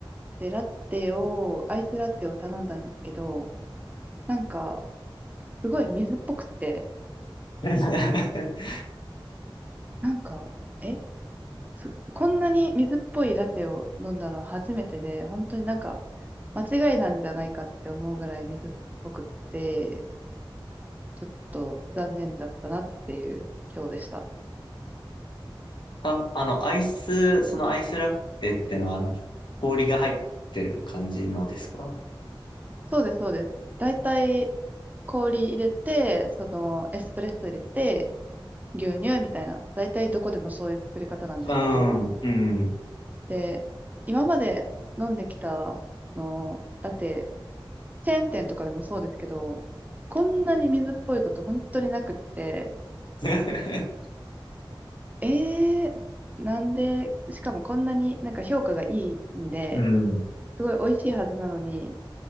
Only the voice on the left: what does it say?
<laughs>
あ、あの、アイス、そのアイスラフテってのは、あの、氷が入ってる感じのですか
うん。うん。
<laughs>
うん。